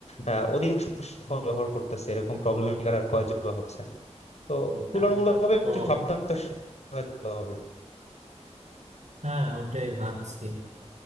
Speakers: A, on the left; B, on the right.
A: আহ, অধিকাংশ ফোন ব্যবহার করতেছে এরকম প্রবলেমের শিকার আর কয়জন বা হচ্ছে তো
B: এই
A: তুলনামূলকভাবে
B: নামটা তো
A: একটু সাবধানতার সাথে হয়তো হবে
B: হ্যাঁ ওটাই ভাবছি